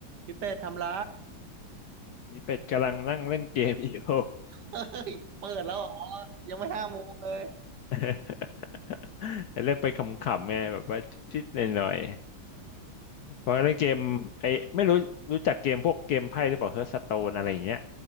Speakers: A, on the right (about 60°); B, on the left (about 65°).
A: พี่เป็ดทำไร
B: มีเป็ดกำลังนั่งเล่นเกมอยู่
A: เฮ้ยเปิดแล้วเหรอยังไม่ห้าโมงเลย
B: <laughs> เล่นไปขำๆไงแบบว่าชิดๆหน่อย
A: อ๋อ
B: ๆเพราะเล่นเกมไอ้ไม่รู้รู้จักเกมพวกเกมไพ่หรือเปล่าเฮ r ร์ t สโตนอะไรอย่างเงี้ย